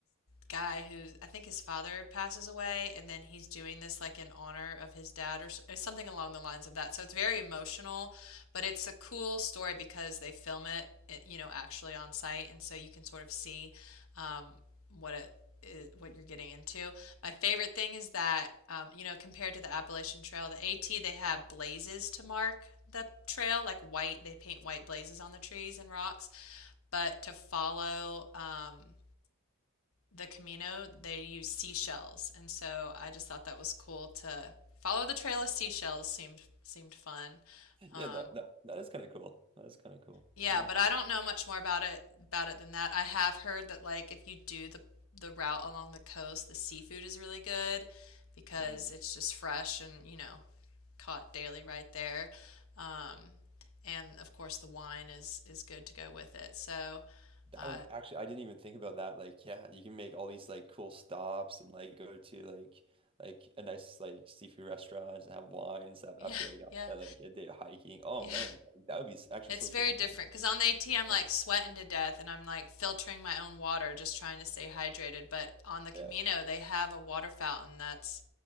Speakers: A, on the left; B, on the right.
A: guy who I think his father passes away, and then he's doing this like in honor of his dad or something along the lines of that. So it's very emotional, but it's a cool story because they film it, it- you know, actually on site, and so you can sort of see um, what it is, what you're getting into. My favorite thing is that um, you know, compared to the Appalachian Trail, the AT they have blazes to mark the trail, like white, they paint white blazes on the trees and rocks. But to follow um, the Camino, they use seashells, and so I just thought that was cool to follow the trail of seashells seemed seemed fun.
B: Yeah,
A: Um,
B: that that, that is kind of cool. That is kind of cool.
A: yeah,
B: Yeah.
A: but I don't know much more about it about it than that. I have heard that like if you do the the route along the coast, the seafood is really good because
B: Mm.
A: it's just fresh and, you know, caught daily right there. Um, and of course the wine is is good to go with it. So,
B: That
A: uh,
B: would actually, I didn't even think about that. Like, yeah, you can make all these like cool stops and like go to like like a nice like seafood restaurant and have wine and stuff
A: <laughs> yeah,
B: after like
A: yeah,
B: a, like a day of hiking. Oh
A: yeah.
B: man, like, that would be s- actually
A: It's
B: so
A: very
B: cool.
A: different because on the AT, I'm like
B: Yeah.
A: sweating to death and I'm like filtering my own water, just trying to stay hydrated. But on the Camino,
B: Yeah.
A: they have a water fountain that's